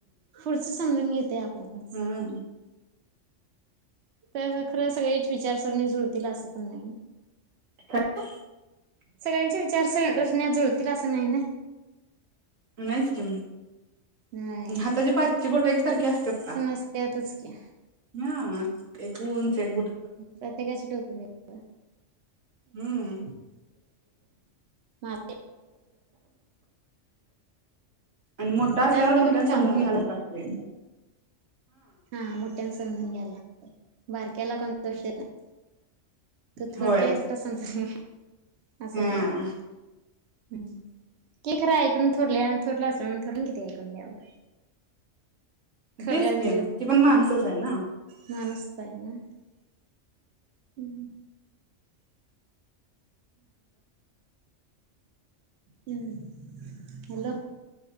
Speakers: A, on the right (about 60°); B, on the right (about 80°).
A: पुढचं समजून घेतय आपणच
B: हम्म
A: तेज सगळीच विचारसरणी जुळते. तला असं पण नाही.
B: <inaudible>
A: सगळ्यांचे विचार सरण्यात जुळतील असं नाही ना.
B: नाही स्कीिम
A: होय
B: हाताची पाचश बोट सारखे असत
A: समजत्यातच
B: का.
A: की
B: हा एक उंच एक बुट
A: प्रत्येकाच टोक ह
B: हम्
A: मा
B: आणि मोठा असल्यावर
A: जास्त
B: मोठ्यानी
A: करून
B: समजून
A: कामावरन
B: घ्यालाच लागते.
A: हा मुट्यान समजुन घ्याय लागतय बारकेला कोणतं <inaudible> येत नाही. <unintelligible> तू
B: होय
A: थोटी आहेस तुला समजत नाही असूनदेत
B: हा
A: हुं हे खरं खरं थोरल्या थोरल्या आसून थोरल्या किती ऐकून घ्यावं? थोरल्याचा
B: तेच की ती पण माणूसच आहे ना.
A: माणुसच आहे हम्म हं हॅलो